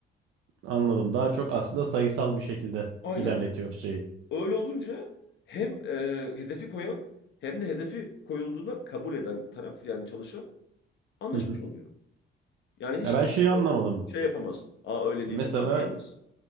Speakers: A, on the right; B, on the left.
A: Anladım. Daha çok aslında sayısal bir şekilde
B: Aynen.
A: ilerletiyoruz şeyi.
B: Öyle olunca hem e, hedefi koyan hem de hedefi koyulduğuna kabul eden taraf yani çalışan anlaşmış
A: Hı hı.
B: oluyor. Yani hiç
A: Ya ben
B: kimse
A: şeyi
B: sonradan
A: anlamadım.
B: şey yapamaz. Aa öyle
A: Mesela
B: değildi falan diyemez.